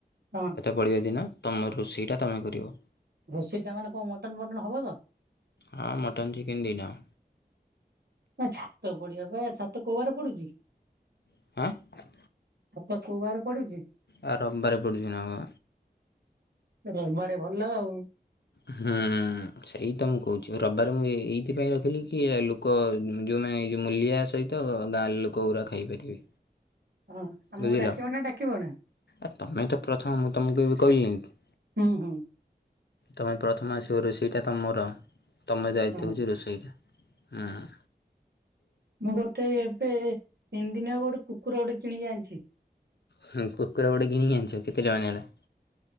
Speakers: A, on the right; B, on the left.
A: ହଁ।
B: ପଳିଆ ଦିନ ତମ ରୋଷେଇଟା ତମେ କରିବ।
A: ରୋସାଇଟା ମାନେ କଣ ମଟନ ଫଟନ ହବ ତ?
B: ହଁ ମଟନ୍ ଚିକେନ୍ <unintelligible>
A: ନା ଛାତ ପଡିବା ବା ଛାତ କୋଉବାରରେ ପଡୁଛି କି?
B: <inaudible>
A: ଛାତ କୋଉବାର ପଡୁଛି?
B: ଆ ରବିବାରରେ ପିଡ଼ିଛି ନାଁ।
A: ରବାଡେ ଭଲ ଆଉ
B: ହୁଁ ସେଇ ତ ମୁଁ କହୁଚି ରବିବାରେ ମୁଁ ଏ ଏଇଥିପାଇଁ ରଖିଲି କି ଲୋ କ ଯଉ ମେ ଏଇ ଯଉ ମୂଲିଆ ସହିତ ଗାଁ ଲୋକ ଗୁରା ଖାଇପାରିବେ।
A: ହଁ ଆମକୁ
B: ବୁଝିଲ
A: ଡାକିବ ନା ଡାକିବନି?
B: ଆ ତମେ ତ ପ୍ରଥମ ମୁଁ ତମକୁ ଏବେ କହିଲିନି କି।
A: ହୁଁ ହୁଁ।
B: ତମେ ପ୍ରଥମ ଆସିବ ରୋଷେଇ ଟା ତମର ତମ ଦାୟିତ୍ଵ
A: ହଁ
B: ହଉଚି ରୋଷେଇଟା ହାଁ।
A: ମୁଁ ଗୋଟେ ଏବେ ତିନି ଦିନ ହେବ ଗୋଟେ କୁକୁର ଗୋଟେ କିଣିକି ଆଣିଛି।
B: ହୁଁ କୁକୁର ଗୋଟେ କିଣିକି ଆଣିଚ କେତେ ଟଙ୍କା ନେଲା?